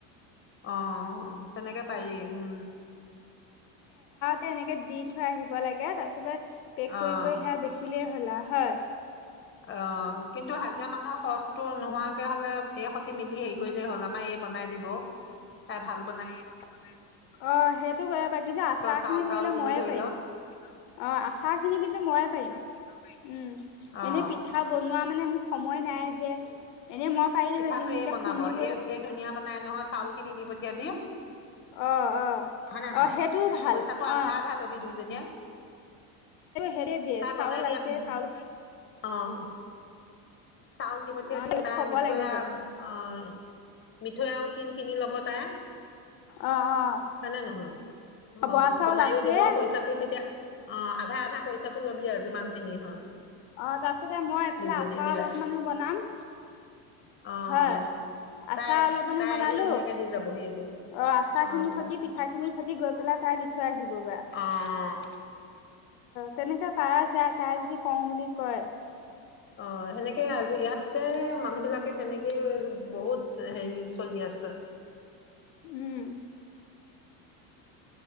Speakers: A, on the left (about 25°); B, on the left (about 80°).
A: অঁ' অঁ', তেনেকৈ পাৰি। উম
B: তেনেকৈ দি থৈ থৈ আহিব লাগে, তাপিছতে পেক
A: অ
B: কই কই হেয়া বেচিলে হ হ'ল আৰি হয়।
A: অঁ', কিন্তু হাজিৰা মানুহৰ খৰচটো নোহোৱাকৈও কে হ'লে এ খতি মিলি হেই কৰিলে হ'ল, আমাৰ এ বনাই দিব, খাই ভাল
B: এ <unintelligible> বনাই নহয়, অঁ', হেটো কৰিব পাৰি কিন্তু আচাৰখিনি
A: তই চাউল
B: ধৰি
A: তাউল
B: ল'
A: দিলি
B: ময়ে
A: ধৰি
B: পাৰিম।
A: ল
B: <unintelligible> অঁ আচাৰ খিনি কিন্তু ময়ে পাৰিম। আচাৰ খিনি তয়ে পাৰিবি। উম
A: অ',
B: এনে পিঠা বনোৱা বনোৱা মানে মোৰ সময় নাই যে এনে মই পাৰিলোহেঁতেন
A: পিঠাটো
B: এতিয়া
A: এ বনাব।
B: শুনিবলৈ
A: এ এ ধুনীয়া বনাই নহয়, চাউল খিনি দি পঠিয়াবি
B: অঁ' অঁ',
A: হয় নে নহয়
B: অঁ' হেইটোও ভাল
A: পইচাটো আধা
B: অঁ'
A: আধা ল'বি দুইজনীয়ে,
B: সেইটোৱে বেচ
A: তাই
B: চাউল
A: বনাই দিয়াত,
B: আছে চাউল
A: অঁ' চাউল দি পঠিয়াবি
B: অ সেইটো
A: তাই
B: ক'ব
A: মিঠৈ
B: লাগিব
A: আওঁ অঁ' মিঠৈ আৰু তিল কিনি ল'ব তাই
B: অ' অ'
A: হয় নে নহয়। অ'
B: বৰা চাউল
A: বনাইো
B: আছে
A: দিব পইচাটো তেতিয়া অ', আধা-আধা পইচাটো ল'বি আও, যিমান খিনি হয়
B: অ', তাৰপিছতে মই এইফালে
A: দুইজনীয়ে
B: আচাৰ
A: মিলাই
B: অলপমানানো বনাম
A: অ'
B: হয়, আচাৰ
A: তাই
B: অলপমানো
A: তাই
B: বনালো।
A: আহি ধুনীয়াকে দি যাবহি এদিন
B: অ' আচাৰ
A: অ'
B: খিনিৰ সতি, পিঠা খিনিৰ সতি গৈ পেলাই তাই দি থৈ আহিব গৈ আও
A: অ'
B: তেনেকে পাৰা যায়, তাই যদি কওঁ বুলি কয়
A: অ', সেনেকে আজি, ইয়াত যে মানুহ বিলাকে তেনেকে বহুত হেৰি চলি আছে।
B: উম